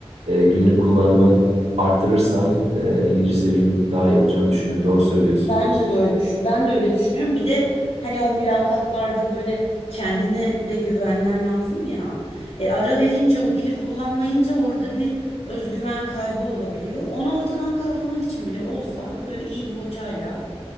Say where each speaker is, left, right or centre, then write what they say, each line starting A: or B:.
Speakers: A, on the right; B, on the left.
A: e, günlük kullanımımı arttırırsam e, İngilizce seviyemin daha iyi olacağını düşünüyorum. Doğru söylüyorsun.
B: Bence de öyle düş ben de öyle düşünüyorum. Bir de hani o mülakatlarda böyle kendine de güvenmen lazım ya. E, ara verince o dili kullanmayınca orada bir özgüven kaybı olabiliyor. Onu ortadan kaldırmak için bile olsa böyle iyi bir hocayla